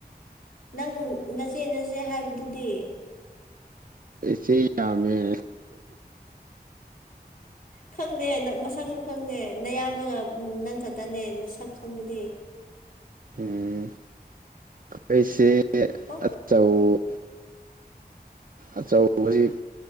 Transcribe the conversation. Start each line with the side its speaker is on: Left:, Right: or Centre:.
Left: ꯅꯪ ꯅꯆꯦꯠ ꯅꯆꯦ ꯍꯥꯏꯕꯗꯨꯗꯤ
Right: ꯁꯌꯥꯃꯦ
Left: ꯈꯪꯗꯦ ꯃꯁꯛꯁꯨ ꯈꯪꯗꯦ ꯅꯌꯥꯝꯕꯒ ꯅꯪ ꯈꯛꯇꯅꯦ ꯁꯛ ꯈꯪꯕꯗꯤ
Right: ꯎꯝ ꯑꯩꯈꯣꯏꯁꯦ
Left: ꯑꯣ
Right: ꯑꯆꯧ
Left: <unintelligible>
Right: ꯑꯆꯧꯕꯖꯤꯛ